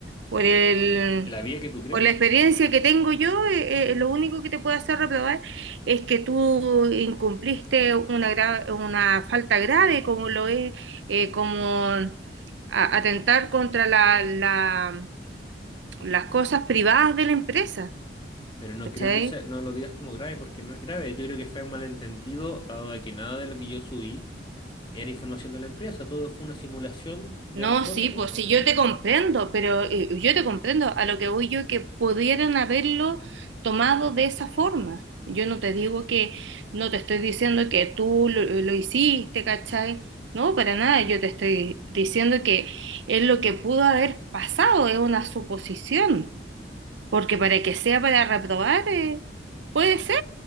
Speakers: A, on the right (about 85°); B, on the left (about 25°).
A: por el,
B: la vía que tú crees,
A: por la experiencia que tengo yo, eh, eh, lo único que te puede hacer reprobar es que tú incumpliste una, gra- una falta grave, como lo es, eh, como a- atentar contra la- la- las cosas privadas de la empresa.
B: pero no
A: ¿Cachai?
B: creo que sea- no lo digas como grave porque no es grave, yo creo que fue un malentendido dado de que nada de lo que yo subí era información de la empresa, todo fue una simulación
A: No,
B: de las cosas
A: sí,
B: que
A: pues
B: hice.
A: sí,
B: ¿entendés?
A: yo te comprendo, pero eh, yo te comprendo a lo que voy yo que pudieran haberlo tomado de esa forma. Yo no te digo que, no te estoy diciendo que tú lo, lo hiciste, ¿cachai? No, para nada, yo te estoy diciendo que es lo que pudo haber pasado, es una suposición, porque para que sea para reprobar, eh, puede ser,